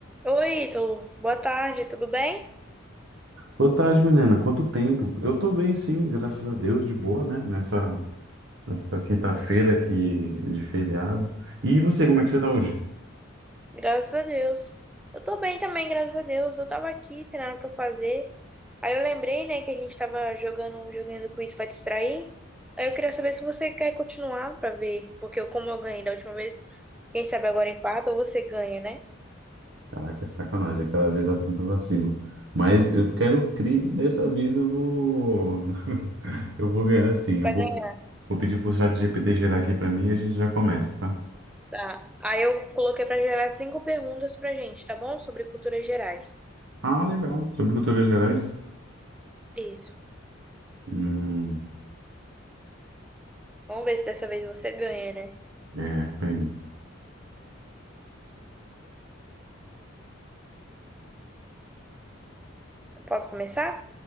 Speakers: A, in the centre; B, on the right.
A: Oi, Ítalo. Boa tarde, tudo bem?
B: Boa tarde, Milena. Quanto tempo? Eu tô bem, sim, graças a Deus, de boa, né? Nessa, nessa quinta-feira aqui de feriado. E você, como é que você tá hoje?
A: Graças a Deus. Eu tô bem também, graças a Deus. Eu tava aqui sem nada pra fazer. Aí eu lembrei, né, que a gente tava jogando um joguinho do quiz pra distrair. Aí eu queria saber se você quer continuar pra ver, porque eu, como eu ganhei da última vez, quem sabe agora empata ou você ganha, né?
B: Caraca, sacanagem, aquela vez lá foi muito vacilo. Mas eu quero crer que dessa vez eu vou. <laughs> Eu vou ganhar sim.
A: Vai
B: Eu vou,
A: ganhar.
B: vou pedir pro GPT gerar aqui pra mim e a gente já começa, tá?
A: Tá. Aí eu coloquei pra gerar cinco perguntas pra gente, tá bom? Sobre culturas gerais.
B: Ah, legal. Sobre culturas gerais?
A: Isso.
B: Hum,
A: Vamos ver se dessa vez você ganha, né?
B: é, peraí.
A: Eu posso começar?